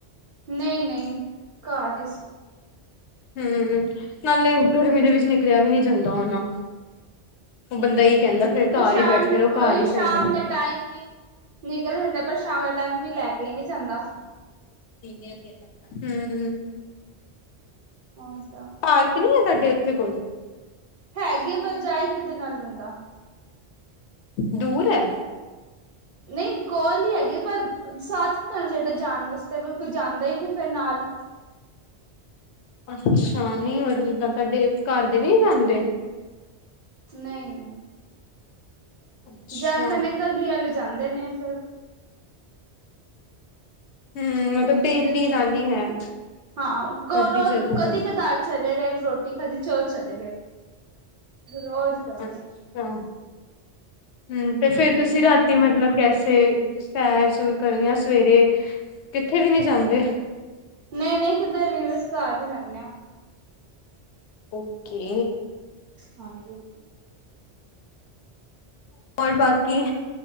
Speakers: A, on the right; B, on the left.
A: ਨਹੀਂ ਨਹੀਂ ਘਰ ਹੀ ਸੀ।
B: ਹੂੰ ਨਾਲੇ ਗਰਮੀ ਦੇ ਵਿੱਚ ਨਿਕਲਿਆ ਵੀ ਨਹੀਂ ਜਾਂਦਾ ਹੋਣਾ। ਹੁਣ ਬੰਦਾ ਕੀ ਕਹਿੰਦਾ ਫੇਰ ਹੈ।
A: ਵੀ
B: ਘਰ
A: ਸ਼ਾਮ
B: ਹੀ ਬੈਠੇ ਰਹੋ ਘਰ
A: ਓਹੀ
B: ਹੀ ਸਹੀ
A: ਸ਼ਾਮ ਦੇ। ਟਾਈਮ ਵੀ ਨਿਕਲ ਜਾਂਦਾ ਹੈ। ਪਰ ਸ਼ਾਮ ਦਾ ਟਾਈਮ ਕੋਈ ਲੈ ਕੇ ਹੀ ਨਹੀਂ ਜਾਂਦਾ ਹੈ।
B: ਹੂੰ।
A: ਔਰ ਕਿਆ।
B: ਪਾਰਕ ਨੀ ਹੈ ਸਾਡੇ ਉੱਥੇ ਕੋਈ।
A: ਹੈਗੀ ਆ ਪਰ ਜਾਏ ਕਿਦੇ ਨਾਲ ਬੰਦਾ।
B: ਦੂਰ ਹੈ।
A: ਨਹੀਂ ਕੋਲ ਹੀ ਹੈਗੇ ਪਰ। ਸਾਥ ਤਾਂ ਹੋਣਾ ਚਾਹੀਦਾ ਹੈ। ਜਾਣ ਵਾਸਤੇ ਪਰ ਕੋਈ ਜਾਂਦਾ ਹੀ ਨਹੀਂ ਫਿਰ ਨਾਲ।
B: ਅੱਛਾ ਨਹੀਂ ਵੀ ਜਿੱਦਾਂ ਤੁਹਾਡੇ ਘਰ ਦੇ ਵੀ ਜਾਂਦੇ।
A: ਨਹੀਂ ਨਹੀਂ।
B: ਅੱਛਾ
A: ਜਾਂਦੇ ਨੇ ਕਦੀ ਵੱਲ ਜਾਂਦੇ ਨੇ ਫਿਰ।
B: ਹਮ ਮਤਲਬ
A: ਏਦਾਂ
B: ਡੇਲੀ
A: ਨਹੀਂ
B: ਦਾ ਨੀ ਹੈ
A: ਹਾਂ ਗੌਰਵ
B: ਕਦੀ ਚਲੇ
A: ਕਦੀ
B: ਗਏ
A: ਕਦਾਈਂ। ਚਲੇ ਗਏ ਹੁਣ ਰੋਟੀ ਖਾਧੀ ਸੀ। ਚਲੇ ਗਏ ਰੋਜ਼। ਦਾ ਨੀ
B: ਅੱਛਾ ਹੂੰ
A: ਹਮ
B: ਤੇ ਫੇਰ ਤੁਸੀਂ ਰਾਤੀ। ਰਾਤੀ ਮਤਲਬ ਕੈਸੇ ਸੈਰ ਸੁਰ ਕਰਨ ਜਾਂ ਸਵੇਰੇ ਕਿੱਥੇ ਵੀ ਨਹੀਂ ਜਾਂਦੇ।
A: ਨਹੀਂ ਨਹੀਂ ਕਿਤੇ ਵੀ ਨਹੀਂ ਬਸ ਘਰ ਹੀ ਰਹਿਣੇ ਹਾਂ।
B: ਓਕੇ।
A: ਹਾਂਜੀ।
B: ਹੋਰ ਬਾਕੀ